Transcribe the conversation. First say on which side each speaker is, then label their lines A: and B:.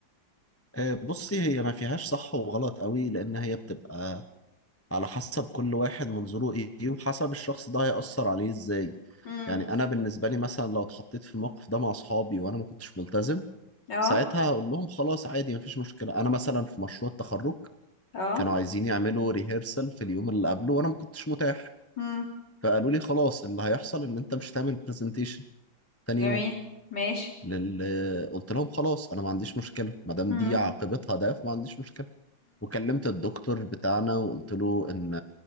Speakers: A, on the left; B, on the left.
A: آه، بصي هي ما فيهاش صح وغلط قوي لأن هي بتبقى على حسب كل واحد منظوره إيه وحسب الشخص ده هيأثر عليه إزاي
B: امم
A: يعني أنا بالنسبة لي مثلا لو اتحطيت في الموقف ده مع أصحابي وأنا ما كنتش ملتزم
B: اه
A: ساعتها هقول لهم خلاص عادي مفيش مشكلة أنا مثلا في مشروع التخرج
B: اه
A: كانوا عايزين يعملوا ريهرسل في اليوم اللي قبله وانا ما كنتش متاح
B: امم
A: فقالوا لي خلاص اللي هيحصل ان انت مش هتعمل برزنتيشن تاني
B: جميل
A: يوم
B: ماشي
A: لل... قلت لهم خلاص انا ما عنديش مشكله ما دام
B: امم
A: دي عاقبتها ده فما عنديش مشكله وكلمت الدكتور بتاعنا وقلت له ان